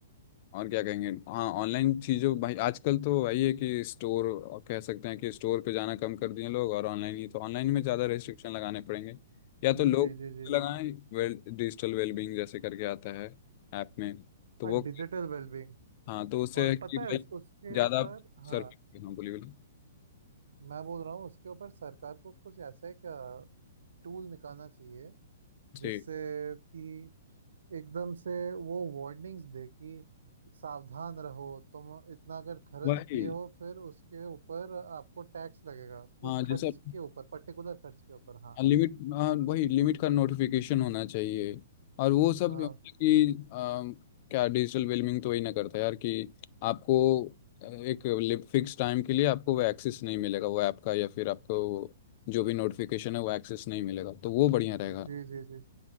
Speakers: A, on the left; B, on the right.
A: और क्या कहेंगे हाँ ऑनलाइन चीज़ों भाई आजकल तो वही है कि स्टोर और कह सकते हैं कि स्टोर पे जाना कम कर दिए लोग और ऑनलाइन ही तो ऑनलाइन में ज़्यादा रेस्ट्रिक्शन लगाने पड़ेंगे या तो लोग
B: जी जी जी
A: लगाएं
B: जी
A: वेल डिजिटल वेलबींग जैसे करके आता है ऐप में तो
B: हाँ
A: वो
B: डिजिटल वेलबींग
A: हाँ तो उससे
B: और
A: है कि
B: पता है
A: भाई
B: उस उसके
A: ज़्यादा
B: ऊपर हाँ
A: सर्फिंग बोलिए बोलिए।
B: मैं बोल रहा हूँ उसके ऊपर सरकार को कुछ ऐसा एक टूल निकालना चाहिए
A: जी
B: जिससे कि एकदम से वो वार्निंग्स दे कि सावधान रहो तुम इतना अगर खर्च
A: वही
B: किए हो फिर उसके ऊपर आपको टैक्स लगेगा
A: हाँ
B: उस खर्च
A: जैसे
B: के ऊपर पर्टिकुलर खर्च के ऊपर हाँ
A: लिमिट हाँ वही लिमिट का नोटिफिकेशन होना चाहिए और वो सब
B: हाँ
A: मतलब कि अम, क्या डिजिटल वेलमिंग तो वही ना करता है यार कि आपको अ, एक फिक्स टाइम के लिए आपको वो एक्सेस नहीं मिलेगा वो ऐप का या फिर आपको जो भी नोटिफिकेशन है वो एक्सेस नहीं मिलेगा तो वो बढ़िया रहेगा
B: जी जी जी